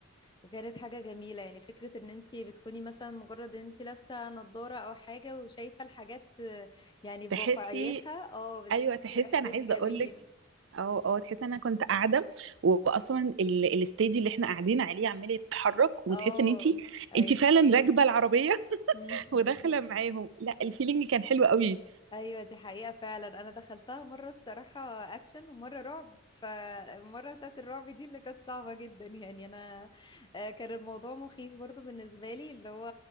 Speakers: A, on the left; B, on the right.
A: وكانت حاجة جميلة يعني فكرة ان انتي بتكوني مثلا مجرد ان انتي لابسة نضارة او حاجة وشايفة الحاجات آه، يعني بواقعيتها
B: تحسي
A: اه بتحسي
B: ايوه تحسي
A: باحساس
B: انا عايزه
A: جميل
B: اقول لك اه اه تحس ان انا كنت قاعده واصلا ال- الستيج اللي احنا قاعدين عليه عمال يتحرك وتحس
A: اه
B: ان انت
A: ايوه
B: انت فعلا راكبه العربيه
A: <laughs>
B: وداخله معاهم لا الفيلينج كان حلو قوي
A: ايوه دي حقيقة فعلا انا دخلتها مرة الصراحة اكشن ومرة رعب فالمرة بتاعت الرعب دي اللي كانت صعبة جدا يعني انا آه، كان الموضوع مخيف برضو بالنسبة لي اللي هو